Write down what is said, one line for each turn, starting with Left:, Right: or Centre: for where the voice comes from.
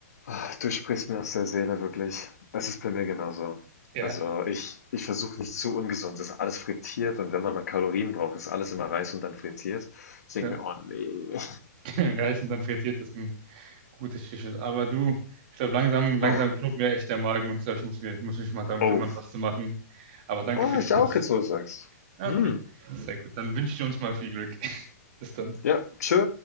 Left: Ah, Du sprichst mir aus der Seele, wirklich. Das ist bei mir genauso.
Right: Ja,
Left: Also ich, ich versuche nicht zu ungesund. Das ist alles frittiert und wenn man mal Kalorien braucht, ist alles immer Reis und dann frittiert. Ich denke
Right: ja.
Left: mir, oh nee.
Right: <laughs> Reis und dann frittiert ist ein gutes Schüssel. Aber du, ich glaube, langsam, langsam
Left: <laughs> Ah,
Right: knurrt mir echt der Magen und ich glaube, ich muss mir, ich muss mich mal darum
Left: Oh.
Right: kümmern, was zu machen. Aber danke
Left: Ah,
Right: für die
Left: ich
Right: Tipps.
Left: auch jetzt, wo du sagst.
Right: Ah,
Left: Hm.
Right: Okay, sehr gut. Dann wünsche ich uns mal viel Glück. <laughs> Bis dann.
Left: Ja, tschö.